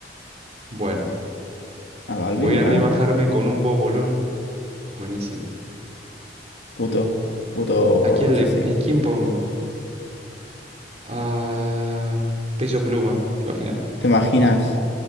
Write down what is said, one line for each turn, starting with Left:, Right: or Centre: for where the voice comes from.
Right: Bueno,
Left: A Balvin,
Right: voy a
Left: no.
Right: rebajarme con un bobolón. Buenísimo.
Left: Puto. Puto
Right: ¿A quién le...
Left: residente.
Right: ¿Y quién pongo? Ah, peso pluma, ¿te imaginas?
Left: ¿Te imaginas?